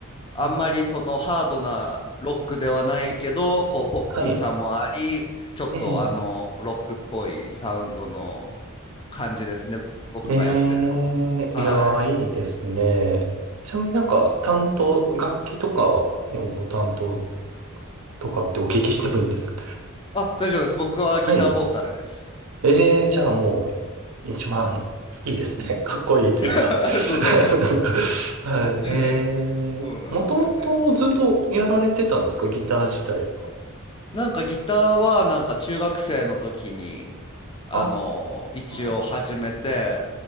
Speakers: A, on the left; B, on the right.
A: あんまりそのハードなロックではないけど、
B: うん
A: こうポップさもあり、
B: はい。
A: ちょっとあの、
B: ええ、
A: ロックっぽいサウンドの感じですね。僕がやってるのは。
B: ええ、
A: はい。
B: いやー、いいですね。ちなみになんか、担当、楽器とかのご担当とかってお聞きしてもいいんですか
A: あ、大丈夫です。僕はギターボーカルです。
B: はい。ええじゃあもう、一番いいですね。<laughs> かっこいいというか
A: <laughs>
B: <laughs>
A: ありがとうございま
B: はい。
A: す。
B: ええもともとずっとやられてたんですかギター自体は。
A: <laughs> そうなんですよね。なんかギターはなんか中学生の時に、あの、
B: あ、
A: 一応始めて、
B: ああ